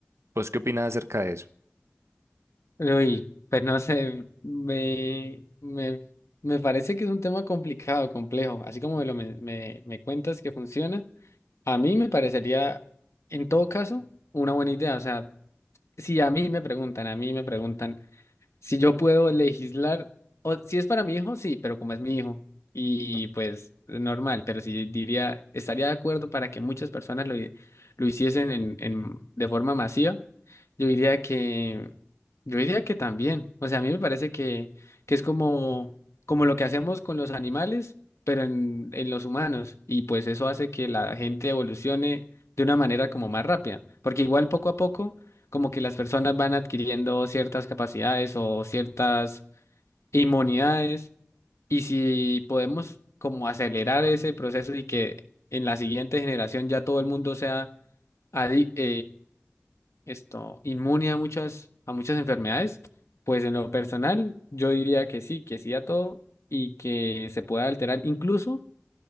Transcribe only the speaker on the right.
¿vos qué opinas acerca de eso?